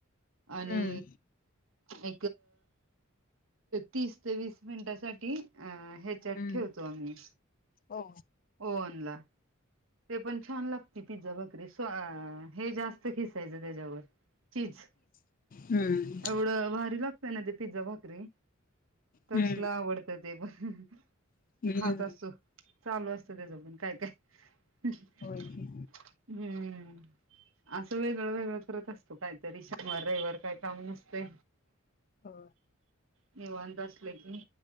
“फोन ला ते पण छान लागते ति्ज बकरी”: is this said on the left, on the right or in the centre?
Right